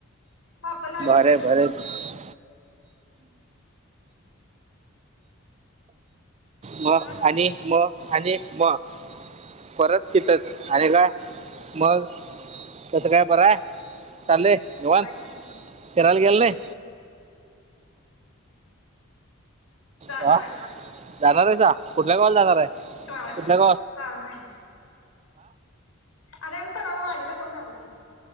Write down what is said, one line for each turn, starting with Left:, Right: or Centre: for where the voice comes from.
Left: बाप लागत
Right: भारीय
Left: नाहीत मला
Right: भारीत हम म
Left: मग
Right: आणि म आणि म परत तिथच आलेला मग तसं काय बरय चाललेय निवांत
Left: हाय
Right: मग
Left: की
Right: फिरायला गेला नाही
Left: जाणार
Right: ह
Left: आहे
Right: दादा रसा कुठल्या गावाला जाणार आहे
Left: श्रावण
Right: कुठल्या
Left: श्रावण आम्ही परवा वाडीला जाऊन आलो की